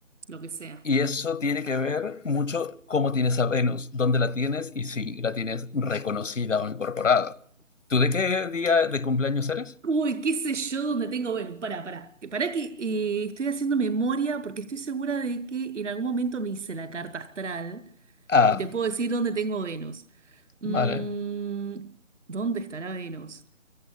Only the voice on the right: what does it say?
lo que sea.
Uy, qué sé yo dónde tengo. Bueno, pará, pará. Que- Pará que eh, estoy haciendo memoria porque estoy segura de que en algún momento me hice la carta astral
y te puedo decir dónde tengo Venus. Mm,
¿dónde estará Venus?